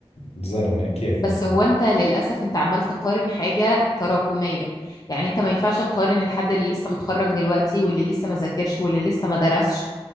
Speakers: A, on the left (about 80°); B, on the left (about 35°).
A: الزلمة كيف
B: بس
A: مثلا
B: هو انت للاسف انت عمال تقارن حاجه تراكميه يعني انت ما ينفعش تقارن الحد اللي لسه متخرج دلوقتي واللي لسه ما ذاكرش واللي لسه ما درسش